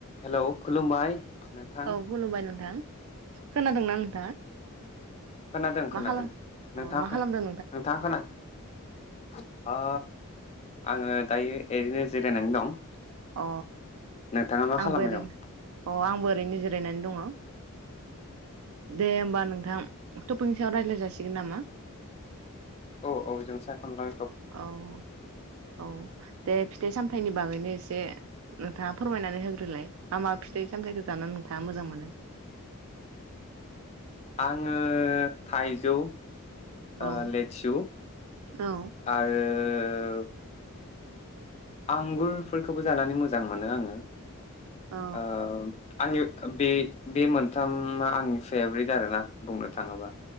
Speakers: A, on the left (about 30°); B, on the right (about 70°).
A: हेल' खुलुमबाय नोंथां।
B: औ खुलुमबाय नोंथां खोनादोंना नों
A: खोनादों खोनादों
B: खालाम अ
A: नोंथाङा
B: मा खालामदों
A: नोंथाङा खोनादों अ आङो दायो ओरैनो जिरायनानै दं।
B: अ
A: नोंथाङा मा खालामबाय
B: आंबो ओरै
A: दं
B: अ आंबो ओरैनोजिरायनानै दङ। दे होमबा नों नोंथां टपिगनि सायाव रायलाय जासिगोन नामा?
A: औ औ जों सायाखना ला
B: औ औ दे फिथाइ सामथायाइनि बागैनो एसे नोंथाङा फोरमायनानै होग्रोलाय मा मा फिथाइ सामथायाइखौ जानानै नोंथाङा मोजां मोनो?
A: आङो थाइजौ
B: औ
A: ओ लेसु
B: औ
A: आरो ओ आंगुरफोरखौबो जानानै मोजां मोनो आङो।
B: औ
A: ओ आंनि बे बे मोनथामा आंनि फेभरेट आरो ना। बुंनो थाङोबा